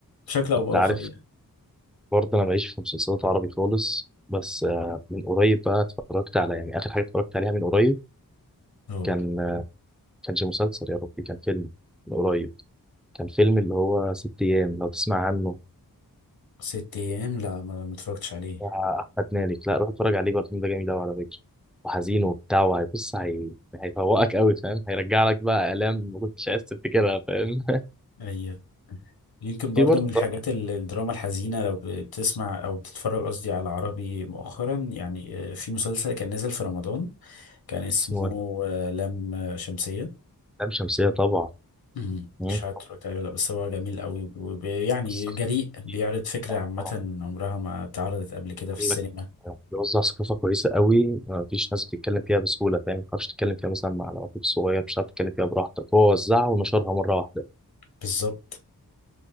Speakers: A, on the left (about 75°); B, in the centre.
A: بشكل او
B: انت
A: باخر
B: عارف
A: يعني
B: برضه انا ماليش في مسلسلات عربي خالص بس آه، من قريب بقى اتفرجت على يعني اخر حاجه اتفرجت عليها من قريب
A: اه
B: كان آه، كانش مسلسل يا ربي كان فيلم من قريب كان فيلم اللي هو ست ايام لو تسمع عنه
A: ست ايام لا ما ما اتفرجتش عليه
B: بتاع احمد مالك لا روح اتفرج عليه بقى الفيلم ده جميل قوي على فكره وحزين وبتاع وهيبص هي... هيفوقك قوي فاهم هيرجع لك بقى الام ما كنتش عايز تفتكرها فاهم
A: اي يمكن
B: <laughs>
A: برضو
B: في برضه
A: من الحاجات ال- الدراما الحزينة لو بتسمع أو بتتفرج قصدي على عربي مؤخرا يعني آه، في مسلسل كان نازل في رمضان كان اسمه
B: اسمه ايه
A: آه، لام شمسية
B: لام شمسيه طبعا
A: مم.
B: مم.
A: مش عارف اتفرجت عليه ولا لأ، بس هو جميل قوي وب- يعني
B: بس خطير.
A: جريء بيعرض فكرة عامة
B: طبعاً.
A: عمرها ما اتعرضت قبل كده
B: بقول
A: في السينما
B: لك بيوزع ثقافه كويسه قوي ما فيش ناس بتتكلم فيها بسهوله فاهم ما تعرفش تتكلم فيها مثلا مع العقول صغير مش هتعرف تتكلم فيها براحتك هو وزعها ونشرها مره واحده
A: بالظبط